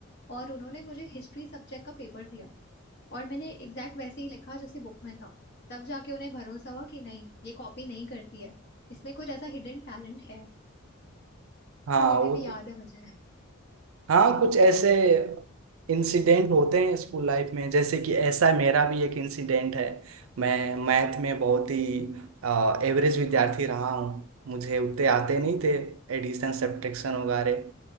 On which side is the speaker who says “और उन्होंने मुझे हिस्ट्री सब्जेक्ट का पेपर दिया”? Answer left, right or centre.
Left